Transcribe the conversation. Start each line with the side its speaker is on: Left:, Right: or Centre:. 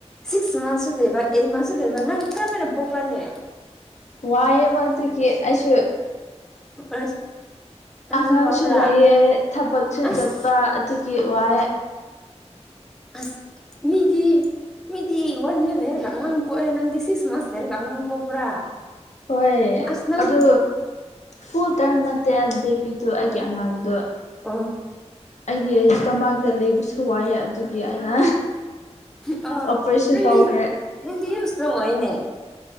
Centre: ꯁꯤꯛꯁ ꯃꯟꯁꯁꯨ ꯂꯩꯔꯕ ꯑꯩꯠ ꯃꯟꯁꯁꯨ ꯂꯩꯔꯕ ꯅꯪ ꯀꯔꯝꯥꯏꯅ ꯄꯣꯛꯄꯅꯦ
Left: ꯋꯥꯏꯑꯦꯕ ꯑꯗꯨꯒꯤ ꯑꯩꯁꯨ
Centre: ꯑꯁ ꯅꯪꯁꯨ
Left: ꯑꯉꯥꯡꯁꯨ
Centre: ꯋꯥꯕ꯭ꯔꯥ
Left: ꯂꯩꯌꯦ ꯊꯕꯛꯁꯨ
Centre: ꯑꯁ
Left: ꯆꯠꯄ ꯀꯦ ꯋꯥꯏ
Centre: ꯑꯁ ꯃꯤꯒꯤ ꯃꯤꯗꯤ ꯋꯥꯟ ꯌꯌꯥꯔ ꯚꯦꯔꯒ ꯑꯉꯥꯡ ꯄꯣꯛꯑꯦ ꯅꯪꯗꯤ ꯁꯤꯛꯁ ꯃꯟꯁ ꯂꯩꯦꯔꯒ ꯑꯉꯥꯡ ꯄꯣꯛꯄ꯭ꯔꯥ
Left: ꯍꯣꯏ
Centre: ꯑꯁ ꯅꯪ
Left: ꯑꯗꯨ ꯐꯨꯜ ꯇꯔꯝ ꯅꯠꯇꯦꯦ ꯄ ꯑꯗꯨ ꯑꯩꯒꯤ ꯑꯉꯥꯡꯗꯣ
Centre: ꯑꯣ
Left: ꯑꯩꯒꯤ ꯏꯁꯇꯃꯥꯇ ꯂꯩꯕꯁꯨ ꯋꯥꯏꯑ ꯑꯗꯨ ꯑꯩꯅ
Centre: ꯑ
Left: ꯑꯣꯄꯔꯦꯁꯟ
Centre: ꯅꯪꯗꯤ
Left: ꯇꯧꯈ꯭ꯔꯦ
Centre: ꯅꯪꯗꯤ ꯌꯥꯝ ꯏꯁꯇ꯭ꯔꯣꯡ ꯑꯣꯏꯅꯦ